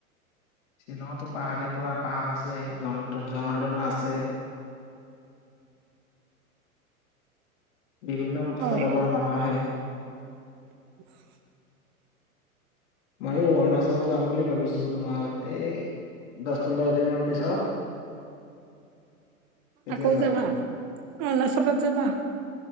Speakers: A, on the left; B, on the right.
A: শ্বিলঙতো পাহাৰে পুৰা পাহাৰ আছে, ঝন তোৰ ঝৰনা তৰনা আছে। বিভিন্ন
B: হয়
A: ফালৰ পৰা মানুহ আহে।
B: <inaudible>
A: ময়ো অৰুণাচল যাম বুলি ভাবিছো, তোমাৰ এই দশ পোন্ধৰ দিন মান পিছত। <inaudible> তেতিয়া
B: আকৌ
A: যাম
B: যাবা, অৰুণাচলত যাবা।